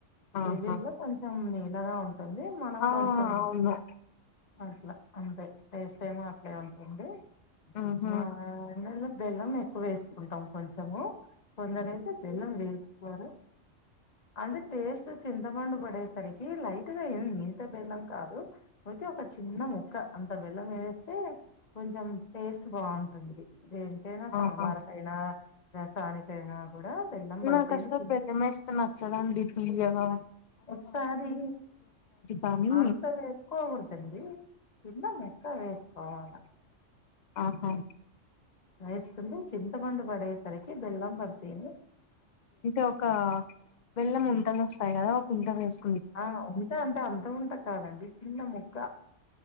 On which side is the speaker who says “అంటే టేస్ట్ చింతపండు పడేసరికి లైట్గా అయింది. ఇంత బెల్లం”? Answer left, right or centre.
Left